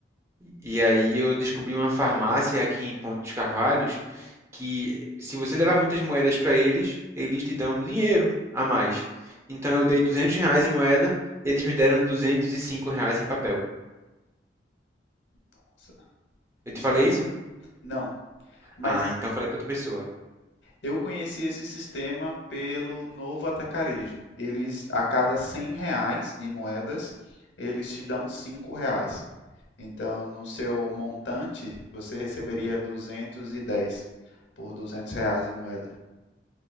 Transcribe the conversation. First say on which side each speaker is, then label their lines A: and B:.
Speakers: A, on the right; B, on the left.
A: E aí eu descobri uma farmácia aqui em Ponte dos Carvalhos que se você levar muitas moedas para eles, eles te dão um dinheiro a mais. Então eu dei 200 reais em moeda, eles me deram 205 reais em papel.
B: Nossa,
A: Eu
B: isso
A: te falei
B: é bom?
A: isso?
B: Não, mas
A: Ah, então eu falei para outra pessoa.
B: eu conheci esse sistema pelo Novo Atacarejo. Eles, a cada 100 reais de moedas, eles te dão 5 reais. Então, no seu montante, você receberia 210 por 200 reais de moeda.